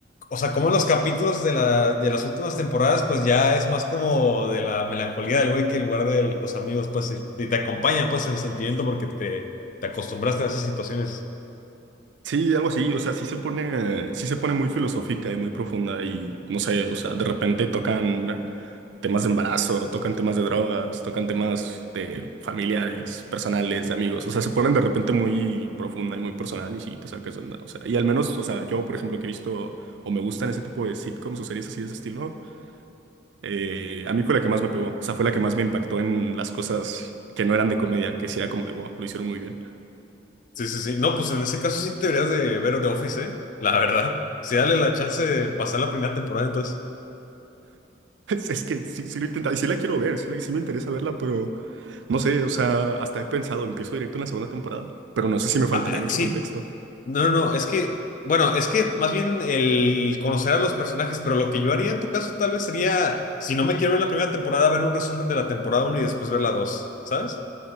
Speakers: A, on the left; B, on the right.
A: O sea, como los capítulos de, la, de las últimas temporadas, pues ya es más como de la melancolía del güey que en lugar de los amigos, pues, y, y te acompaña, pues, en el sentimiento porque te, te acostumbraste a esas situaciones.
B: Sí, algo así, o sea, sí se pone, sí se pone muy filosófica y muy profunda y no sé, o sea, de repente tocan temas de embarazo, tocan temas de drogas, tocan temas de familiares, personales, de amigos, o sea, se ponen de repente muy profunda y muy personal y sí te sacas de onda, o sea, y al menos, o sea, yo, por ejemplo, que he visto o me gustan ese tipo de sitcoms o series así de ese estilo eh, a mí fue la que más me pegó. O sea, fue la que más me impactó en las cosas que no eran de comedia, que sí era como de wow, lo hicieron muy bien. <laughs>
A: Sí, sí, sí. No, pues en ese caso sí te deberías de ver The Office, ¿eh? La verdad. Sí, dale la chance de pasar la primera temporada, entonces.
B: Es, es que sí, sí lo he intentado y sí la quiero ver, sí, la- sí me interesa verla, pero no sé, o sea, hasta he pensado, empiezo directo en la segunda temporada, pero no sé si me faltaría
A: Ah,
B: mucho
A: eh, sí.
B: contexto.
A: No, no, no, es que, bueno, es que más bien el conocer a los personajes, pero lo que yo haría en tu caso tal vez sería, si no me quiero ver la primera temporada, ver un resumen de la temporada uno y después ver la 2, ¿sabes?